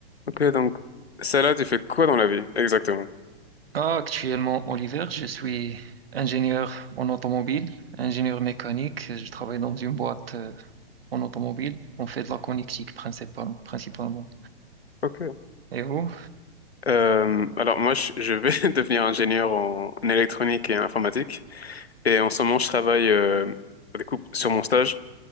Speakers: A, on the left; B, on the right.
A: Ok, donc celle-là, tu fais quoi dans la vie exactement?
B: Ah, actuellement, Oliver, je suis ingénieur en automobile, ingénieur mécanique. Je travaille dans une boîte euh, en automobile. On fait de la connectique principal- principalement.
A: Ok.
B: Et vous?
A: Euh, alors moi, je, je vais <laughs> devenir ingénieur en, en électronique et informatique. Et en ce moment, je travaille euh, du coup sur mon stage.